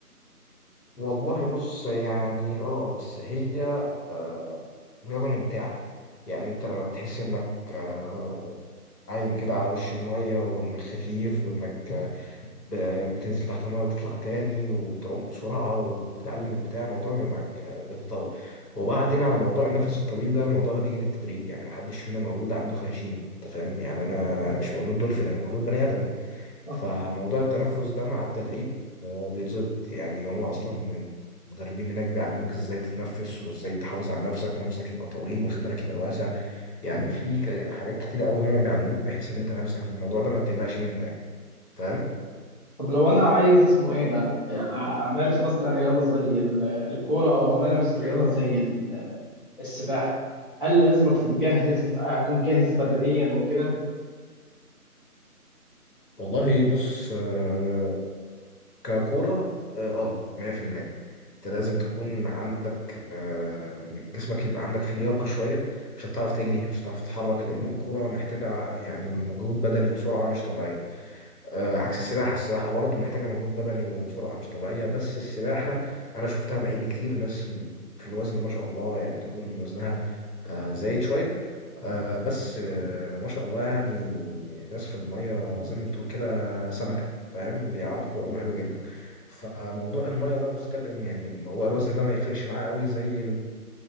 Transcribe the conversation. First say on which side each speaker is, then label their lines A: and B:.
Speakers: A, on the left; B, on the left.
A: والله بص يعني اه بس هي آه رياضة ممتعة يعني انت لما بتحس انك آه عايم كده على وش المية وانك خفيف وانك ب- بتنزل تحت الميه وتطلع تاني وتعوم بسرعه وتتعلم البتاع الموضوع بيبقى معاك آه، بيتطور وبعدين على موضوع النفس الطويل ده الموضوع ده بيجي بالتدريب يعني محدش فينا مولود عنده خياشيم انت فاهم يعني انا
B: أيوة،
A: انا مش مولود دولفين انا مولود بني ادم
B: صح
A: فموضوع التنفس ده مع التدريب آه، بيتظبط يعني هما اصلا المدربين هناك بيعلموك ازاي تتنفس وازاي تحافظ على نفسك ونفسك يبقى طويل وصدرك يبقى واسع يعني في ك- حاجات كتيرة قوي هما بيعلموك بحيث ان انت نفسك في الموضوع ده ما تقلقش منه يعني فاهم؟
B: طب لو انا عايز اسمه ايه ده آه، امارس مثلا رياضة زي ال- الكورة او امارس رياضة زي ال- السباحة هل لازم اكون مجهز اكون جاهز بدنيا وكده
A: والله بص آه، ككورة اه آه، 100% انت لازم تكون عندك آه، جسمك يبقى عندك فيه لياقة شوية عشان تعرف تجري عشان تعرف تتحرك لأن الكورة محتاجة يعني مجهود بدني وسرعة مش طبيعية آه، عكس السباحة السباحة برضه محتاجة مجهود بدني وسرعة مش طبيعية بس السباحة أنا شفتها بعيني كتير ناس م- في الوزن ما شاء الله يعني تكون وزنها آه، زايد شوية آه، بس آه، ما شاء الله يعني ناس في المية زي ما بتقول كده سمكة فاهم بيعرفوا يعوموا حلو جدا فموضوع المية ده مختلف يعني موضوع الوزن ده ما يفرقش معاه قوي زي